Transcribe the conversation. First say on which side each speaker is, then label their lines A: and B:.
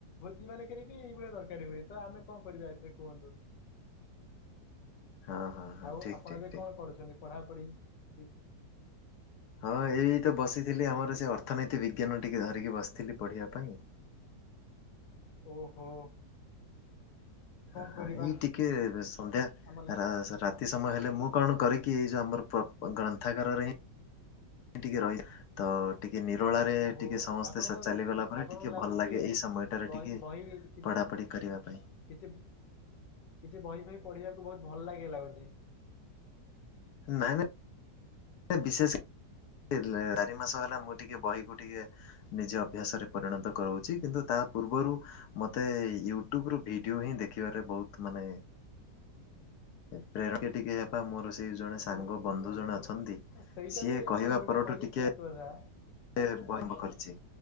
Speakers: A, on the left (about 85°); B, on the left (about 70°).
A: ଭୋଜି ମାନେଙ୍କ ବି ଏଇଭଳିଆ ତରକାରୀ ହୁଏ, ଆମେ କଣ କରିବା ଏଥିରେ କୁହନ୍ତୁ।
B: ହଁ ହଁ ହଁ
A: ଆଉ,
B: ଠିକ
A: ଆପଣ
B: ଠିକ
A: ଏବେ
B: ଠିକ
A: କଣ କରୁଛନ୍ତି, ପଢାପଢି କି
B: ହଁ, ଏଇ ତ ବସିଥିଲି, ଆମର ସେ ଅର୍ଥନୀତି ବିଜ୍ଞାନ ଟିକେ ଧରିକି ବସିଥିଲି ପଢ଼ିବା ପାଇଁ।
A: ଓହୋ। କଣ
B: ହାଁ ହାଁ
A: କରିବା
B: ଏଇ ଟିକେ ଏବେ ସନ୍ଧ୍ୟା
A: ଆମର
B: ରା ରାତି ସମୟ ହେଲେ, ମୁଁ କଣ କରରେ କି ଏଇ ଯୋଉ ଆମର ପ୍ର ଗ୍ରନ୍ଥଗାର ରେ ହିଁ। ଟିକେ ରହିଯାଏ ତ। ଟିକେ ନିରଳାରେ,
A: ଓହୋ
B: ଟିକେ ସମସ୍ତେ
A: ଆପଣଙ୍କୁ
B: ସ ଚାଲିଗଲା ପରେ,
A: ଆପଣଙ୍କୁ
B: ଟିକେ
A: ଲାଗୁଛି
B: ଭଲ ଲାଗେ, ଏଇ ସମୟଟାରେ
A: ବହି
B: ଟିକେ
A: ବହି କିଛି
B: ପଢାପଢି। କରିବା ପାଇଁ।
A: କିଛି, କିଛି ବହି ଫଇ ପଢ଼ିବାକୁ ବହୁତ ଭଲ ଲାଗେ, ଲାଗୁଛି।
B: ନାଇଁ, ନାଇଁ, ବିଶେଷ। ଲି ଚାରି ମାସ ହେଲା ମୁଁ ଟିକେ ବହିକୁ ଟିକେ। ନିଜ ଅଭ୍ୟାସରେ ପରିଣତ କରାଉଛି, କିନ୍ତୁ ତା ପୂର୍ବରୁ। ମତେ ୟୁଟ୍ୟୁବ ରୁ ଭିଡିଓ ହିଁ ଦେଖିବାରେ ବହୁତ ମାନେ। ଏ ପ୍ରେର କ ଟିକେ। ବା ମୋର ସେଇ ଜଣେ ସାଙ୍ଗ
A: ଓହୋ
B: ବନ୍ଧୁ ଜଣେ ଅଛନ୍ତି,
A: ସେଇଟା
B: ସିଏ
A: ବି
B: କହିବା
A: ଆପଣ ଯୋଉଟା
B: ପରଠୁ ଟିକେ।
A: <unintelligible>
B: ଫେରେ ମୁଁ ବସି ଆରମ୍ଭ କରିଛି